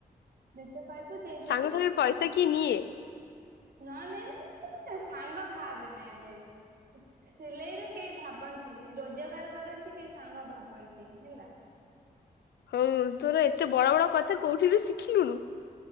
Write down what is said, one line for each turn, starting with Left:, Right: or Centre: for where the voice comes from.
Right: ଯେତେ କହିବୁ ଦେଇଦେବି।
Left: ସାଙ୍ଗ ଠାରୁ ପଇସା କିଏ ନିଏ
Right: ନ ନଏ ସାଙ୍ଗ ଭାବେ ନା ଏବେ ଏତେ। ସିଲେଇରେ କେହି ଭାବନ୍ତିନି ରୋଜଗାର କରନ୍ତି କେହି ସାଙ୍ଗ ଭାବନ୍ତିନି ହେଲା।
Left: ହଉ ହଉ ତୋର ଏତେ ବଡ ବଡ କଥା କୋଉଠି ରୁ ଶିଖିଲୁଣୁ।